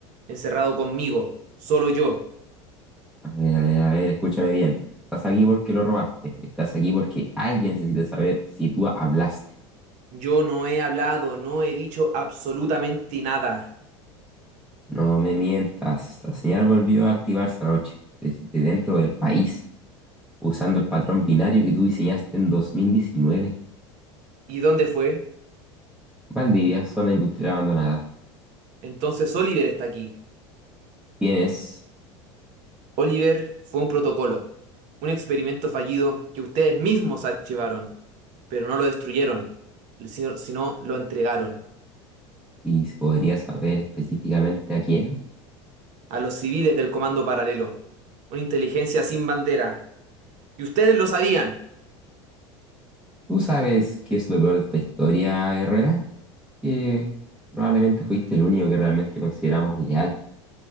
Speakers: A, on the right (about 55°); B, in the centre.
A: encerrado conmigo, solo yo.
B: A ver, a ver, a ver, escúchame bien. Estás aquí porque lo robaste. Estás aquí porque alguien necesita saber si tú hablaste.
A: Yo no he hablado, no he dicho absolutamente nada.
B: No me mientas. La señal volvió a activarse anoche, desde dentro del país, usando el patrón binario que tú diseñaste en 2019.
A: ¿Y dónde fue?
B: Valdivia, zona industrial abandonada.
A: Entonces Oliver está aquí.
B: ¿Quién es?
A: Oliver fue un protocolo, un experimento fallido que ustedes mismos archivaron, pero no lo destruyeron, sino, sino lo entregaron
B: Y se podría saber específicamente a quién.
A: a los civiles del Comando Paralelo, una inteligencia sin bandera. Y ustedes lo sabían.
B: ¿Tú sabes qué es lo peor de esta historia, Herrera? Que probablemente fuiste el único que realmente consideramos leal.